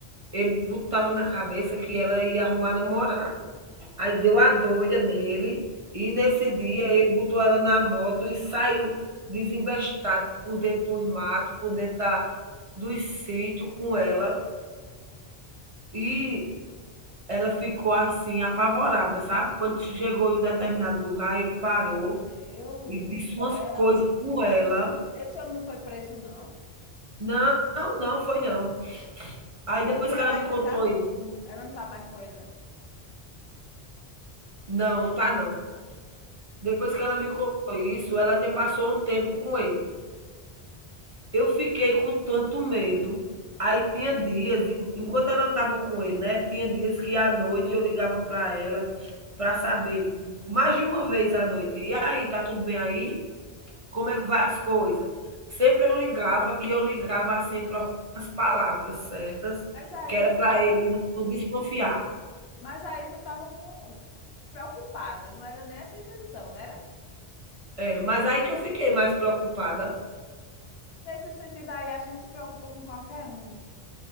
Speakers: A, on the right; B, on the left.
A: ele botava na cabeça que ela ia arrumar namorado. Aí deu a doida nele, e nesse
B: Esses homens,
A: dia ele botou ela na moto e saiu desembestado por dentro dos matos, por dentro da, dos sítios com ela. E ela ficou assim, apavorada, sabe? Quando chegou em determinado lugar, ele parou
B: meu Deus
A: e
B: do
A: disse
B: céu.
A: umas coisas com ela.
B: Esse homem não foi preso, não?
A: Não, não, não foi não. Aí depois
B: O- E
A: que
B: ela
A: ela me
B: ainda
A: contou
B: estava,
A: isso,
B: ela não está mais com ele, não.
A: não, não tá não. Depois que ela me contou isso, ela ainda passou um tempo com ele. Eu fiquei com tanto medo. Aí tinha dias, en- enquanto ela estava com ele, né? Tinha dias que à noite eu ligava para ela para saber, mais de uma vez à noite. E aí, tá tudo bem aí? Como é que vai as coisas? Sempre eu ligava e eu ligava assim para as palavras certas,
B: Mas aí
A: que era
B: tu
A: para
B: tá,
A: ele não desconfiar.
B: Mas aí tu estava com... preocupada, não era nessa intenção, não era?
A: Era, mas aí que eu fiquei mais preocupada
B: Nesse sentido aí, a gente se preocupa com qualquer um, mulher.